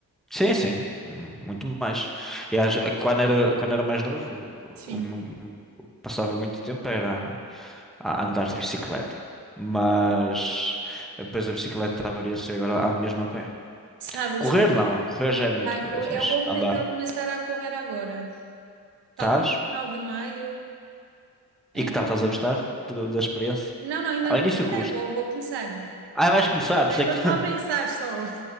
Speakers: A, in the centre; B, on the right (about 80°).
A: Sim, sim, hum, muito mais. E às- quando era, quando era mais novo,
B: Sim.
A: o- o- o- passava muito tempo era a, a andar de bicicleta. Mas depois a bicicleta avaria-se e agora ando mesmo a pé.
B: Sabes?
A: Correr não, correr já é muito
B: Ai,
A: coisa,
B: co-
A: mas
B: eu vou
A: andar.
B: tentar começar a correr agora. Talvez
A: Estás?
B: no final de maio. é.
A: E que tal? Estás a gostar de- da experiência?
B: Não, não, ainda
A: Ao
B: não
A: início
B: comecei,
A: custa.
B: vou, vou começar.
A: Ah, vais começar, por
B: Ainda
A: isso é que
B: estou
A: <laughs> ainda
B: a pensar só,